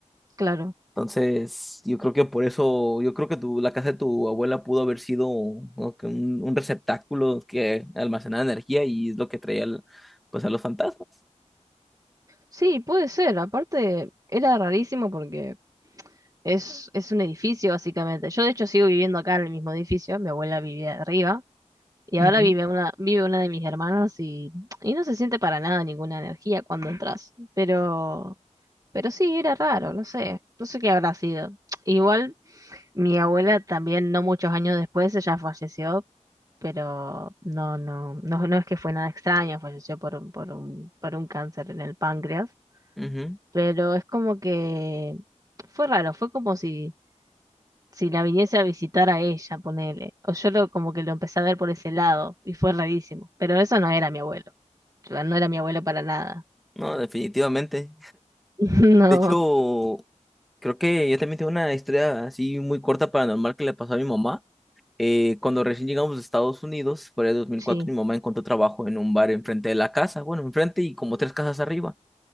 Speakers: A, on the right; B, in the centre.
A: claro.
B: Entonces, yo creo que por eso, yo creo que tu, la casa de tu abuela pudo haber sido ¿no? que un, un receptáculo que almacenaba energía y es lo que traía al- pues a los fantasmas.
A: Sí, puede ser. Aparte, era rarísimo porque es, es un edificio, básicamente. Yo, de hecho, sigo viviendo acá en el mismo edificio. Mi abuela vivía arriba. Y
B: Ujú,
A: ahora vive una, vive una de mis hermanas y, y no se siente para nada ninguna energía cuando entras. Pero, pero sí, era raro, no sé. No sé qué habrá sido. Igual, mi abuela también, no muchos años después, ella falleció. Pero no, no, no, no es que fue nada extraño, falleció por, un- por un, por un cáncer en el páncreas.
B: ujú.
A: Pero es como que fue raro, fue como si, si la viniese a visitar a ella, ponele. O yo lo, como que lo empecé a ver por ese lado y fue rarísimo. Pero eso no era mi abuelo. Yo- No era mi abuelo para nada.
B: No, definitivamente.
A: <laughs> No,
B: De hecho, creo que yo también tengo una historia así muy corta paranormal que le pasó a mi mamá. Eh, cuando recién llegamos a Estados Unidos, por ahí de 2004,
A: sí.
B: mi mamá encontró trabajo en un bar enfrente de la casa, bueno, enfrente y como tres casas arriba.